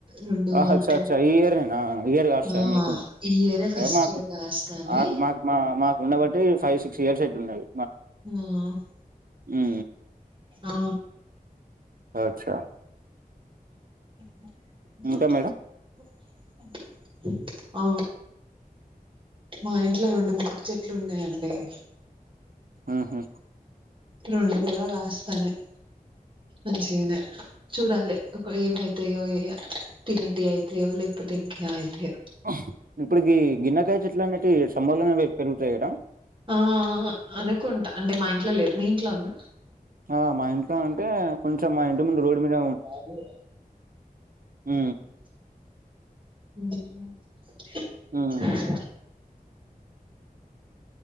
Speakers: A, on the right; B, on the right.
A: రెండు
B: ఆ అచ్చ
A: అంటే
B: అచ్చ ఇయర్ ఎన ఇయర్ కాస్తాయా
A: ఆ
B: మీకు
A: ఈ ఇయరే ఫస్ట్
B: ఏ మాకు
A: ఇయర్ కాస్తాన్నాయి
B: మాకు మాకు మాకు ఉన్నబట్టి ఫైవ్, సిక్స్ ఇయర్స్ అయితుందండి
A: ఆ
B: ఊ
A: ఆ
B: అచ్చా
A: <inaudible>
B: ఇంకా మేడం
A: <unintelligible> ఆ మా ఇంట్లో రెండు మూడు చెట్లు ఉన్నాయండి. అండి
B: ఆహా
A: రెండు కూడా కాస్తానే మంచిగానే చూడాలి ఒక ఏమై తేయోఏయ తినేటిఅయితయో లేకాపోతే ఇంకేమయితాయో.
B: వహ్ ఇప్పుడుకి గిన్నెకాయ చెట్లన్న ఇవి సమ్మర్ లోనే పెరుగుతాయ్ కదా.
A: ఆహ అనుకుంటా అంటే మా ఇంట్లో లేదు మీ ఇంట్లో ఉందా.
B: ఆ మా ఇంట్లో అంటే కొంచెం మా ఇంటి ముందు రోడ్డు మీద
A: కాజు
B: ఊ
A: ఉహు <unintelligible>
B: ఉమ్